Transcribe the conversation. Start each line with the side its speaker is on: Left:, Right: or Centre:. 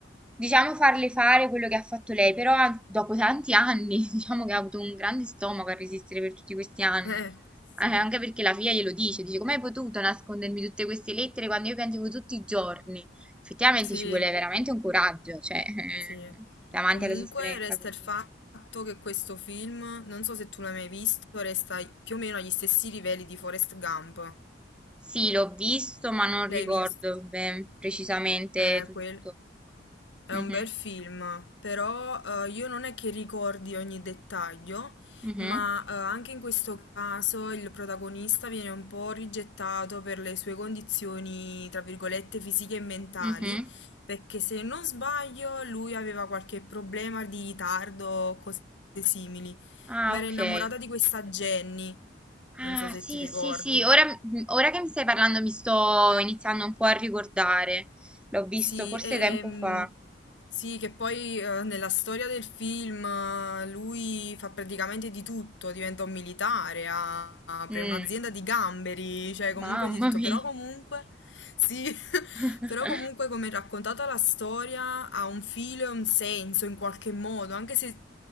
Centre: diciamo, farle fare quello che ha fatto lei, però an- dopo tanti anni, <laughs> diciamo che ha avuto un grande stomaco a resistere per tutti questi anni.
Left: Eh, sì.
Centre: Eh, Anche perché la figlia glielo dice, dice, come hai potuto nascondermi tutte queste lettere quando io piangevo tutti i giorni? Effettivamente
Left: Sì,
Centre: ci vuole veramente un coraggio, cioè, <laughs> eh,
Left: Sì.
Centre: davanti
Left: Comunque
Centre: alla sofferenza
Left: resta
Centre: così.
Left: il fatto che questo film, non so se tu l'hai mai visto, resta più o meno agli stessi livelli di Forrest Gump.
Centre: Sì, l'ho visto, ma non ricordo
Left: L'hai visto?
Centre: ben precisamente
Left: Eh,
Centre: tutto.
Left: quel... È
Centre: Mhm,
Left: un bel film, però eh, io non è che ricordi ogni dettaglio,
Centre: mhm,
Left: ma eh, anche in questo caso il protagonista viene un po' rigettato per le sue condizioni, tra virgolette, fisiche e mentali,
Centre: mhm.
Left: perché se non sbaglio lui aveva qualche problema di ritardo o cose simili,
Centre: Ah,
Left: ma era
Centre: ok.
Left: innamorata di questa Jenny,
Centre: Ah,
Left: non so se
Centre: sì,
Left: ti ricordi.
Centre: sì, sì, ora, mm, ora che mi stai parlando mi sto iniziando un po' a ricordare. L'ho visto
Left: Sì,
Centre: forse
Left: ehm,
Centre: tempo fa.
Left: sì, che poi eh, nella storia del film eh, lui fa praticamente di tutto, diventa un militare, a- apre
Centre: Mm,
Left: un'azienda di gamberi, cioè comunque
Centre: mamma
Left: di tutto,
Centre: mia.
Left: però comunque, sì, <laughs>
Centre: <laughs>
Left: però comunque come è raccontata la storia ha un filo e un senso in qualche modo, anche se